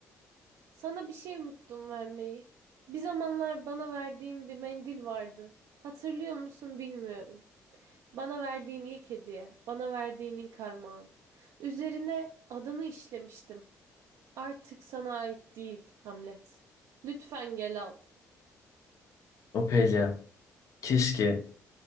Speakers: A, on the right; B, on the left.
A: Sana bir şey unuttum vermeyi. Bir zamanlar bana verdiğin bir mendil vardı. Hatırlıyor musun bilmiyorum. Bana verdiğin ilk hediye, bana verdiğin ilk armağan. Üzerine adını işlemiştim. Artık sana ait değil, Hamlet. Lütfen gel al.
B: O Opelia, keşke,